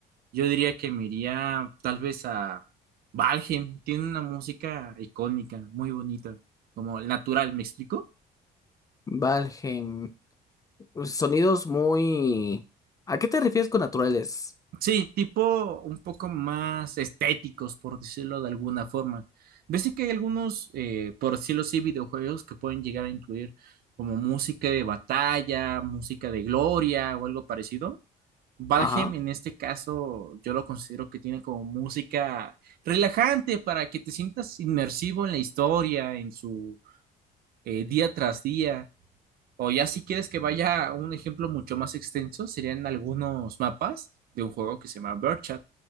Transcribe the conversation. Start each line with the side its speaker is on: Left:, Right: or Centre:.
Right: yo diría que me iría tal vez a Valheim. Tiene una música icónica, muy bonita, como el natural, ¿me explico?
Left: Valheim, sonidos muy... ¿A qué te refieres con naturales?
Right: Sí, tipo un poco más estéticos, por decirlo de alguna forma. Yo sé que hay algunos, eh, por decirlo así, videojuegos que pueden llegar a incluir como música de batalla, música de gloria o algo parecido. Valheim
Left: Ajá,
Right: en este caso yo lo considero que tiene como música relajante para que te sientas inmersivo en la historia, en su eh, día tras día. O ya si quieres que vaya a un ejemplo mucho más extenso, serían algunos mapas de un juego que se llama Birdchat,